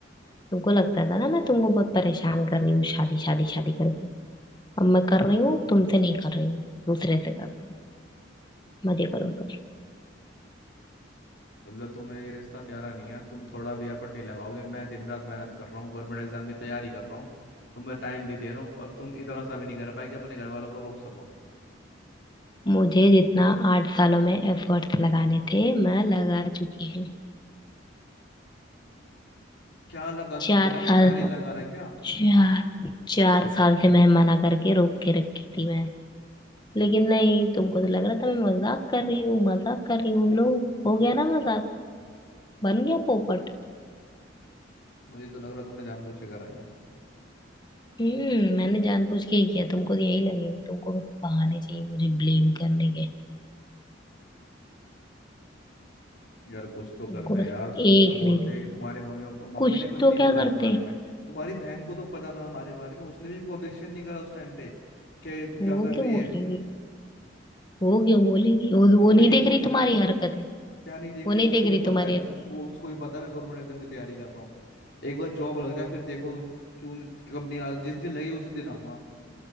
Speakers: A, on the left; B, on the left.
A: तुमको लगता था ना मैं तुमको बहुत परेशान कर रही हूँ शादी शादी शादी करके अब मैं कर रही हूँ तुमसे नहीं कर रही हूँ दूसरे से कर रही हूँ मजे करो तो
B: मतलब तुम्हें ये रिश्ता प्यारा नहीं है तुम थोड़ा भी एफर्ट नहीं लगाओगे मैं दिन रात मेहनत कर रहा हूँ गवर्नमेंट एग्जाम की तैयारी कर रहा हूँ तुम्हें टाइम भी दे रहा हूँ और तुम इतना सा भी नहीं कर पाए कि अपने घर वालों को रोक सको
A: मुझे जितना आठ सालों में एफर्ट्स लगाने थे मैं लगा चुकी हूँ
B: क्या लगा
A: चार
B: चुकी है यार
A: साल
B: तो मैंने लगा रहा है क्या
A: चार चार साल से मैं मना करके रोक के रखी थी मैं लेकिन नहीं तुमको तो लग रहा था मैं मजाक कर रही हूँ मजाक कर रही हूँ लो हो गया ना मजाक बन गया पोपट
B: मुझे तो लग रहा है तुमने जानबूझ के करा है
A: हम्म मैंने जानबूझ के ही किया तुमको तो यही लगेगा तुमको बस बहाने चाहिए मुझे ब्लेम करने के
B: यार कुछ तो करते
A: तुमको
B: हैं
A: बस
B: यार तो कुछ
A: एक
B: तो बोलते
A: रीजन
B: हैं कि तुम्हारे मम्मी पापा
A: कुछ
B: मम्मी ने कुछ
A: तो
B: नहीं बोला
A: क्या करते
B: इस बारे
A: हैं
B: में तुम्हारी बहन को तो पता था हमारे बारे में उसने भी कोई ऑब्जेक्शन नहीं करा उस टाइम पे कि तू क्या
A: वो
B: कर
A: क्यों
B: रही
A: बोलेगी
B: है
A: वो क्यों बोलेगी वो
B: क्यों
A: वो नहीं
B: नहीं
A: देख
B: बोलेगी
A: रही तुम्हारी हरकतें
B: क्या नहीं देख
A: वो
B: रही
A: नहीं
B: उसको
A: देख रही
B: भी पता
A: तुम्हारी
B: है
A: हरकतें
B: उस वो उसको भी पता है मैं गवर्नमेंट एग्जाम की तैयारी कर रहा हूँ एक बार जॉब लग जाए फिर देखो तुम क्यों कब नहीं आ जिस दिन लगी उसी दिन आऊंगा